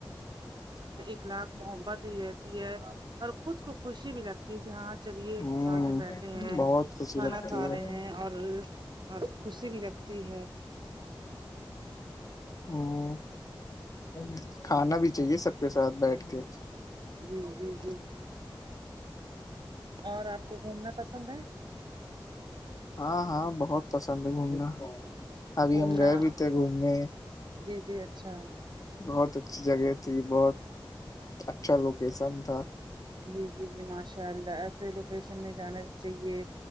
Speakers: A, on the right (about 60°); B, on the left (about 45°).
A: اخلاق محبت ہی رہتی ہے اور خود کو خوشی بھی لگتی ہے کہ ہاں چلیے
B: ہ
A: ساتھ میں بیٹھ ہیں
B: بہت خوشی
A: کھانا
B: لگتی
A: کھا
B: ہے
A: رہے ہیں اور خوشی بھی لگتی ہے
B: ہ کھانا بھی چاہیے سب کے ساتھ بیٹھ کے
A: جی جی جی جی ہ اور آپ کو گھومنا پسند ہے
B: ہاں ہاں بہت پسند ہے گھومنا ابھی
A: گھومنا
B: ہم گئے بھی تھے گھومنے
A: جی جی اچھا
B: بہت اچھی جگہ تھی بہت اچھا لوکیشن تھا
A: جی جی جی ماشاء اللہ ایسے لوکیشن میں جانا بھی چاہیے